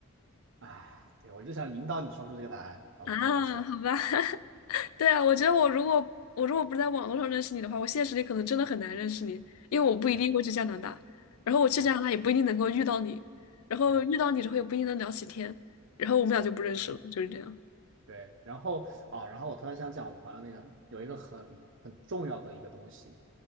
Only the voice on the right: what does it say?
哎，对，我就想引导你说出这个答案。OK，
不错，
对
对
对
对
对。
对，然后啊，然后我突然想讲，我朋友那个有一个很很重要的一个东西，